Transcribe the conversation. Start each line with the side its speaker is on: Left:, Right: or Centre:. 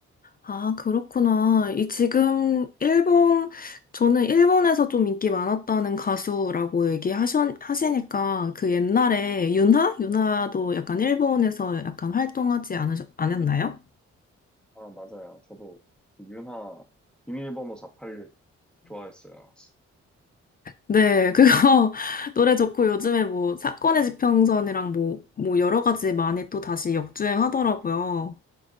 Left: 아, 그렇구나. 이 지금 일본, 저는 일본에서 좀 인기 많았다는 가수라고 얘기하시니까 그 옛날에 윤하? 윤하도 약간 일본에서 약간 활동하지 않으셨, 않았나요?
Centre: 아, 맞아요. 저도 그 윤하 비밀번호 486 좋아했어요.
Left: 네, 그거 <laughs> 노래 좋고 요즘에 뭐 사건의 지평선이랑 뭐, 뭐 여러 가지 많이 또 다시 역주행하더라고요.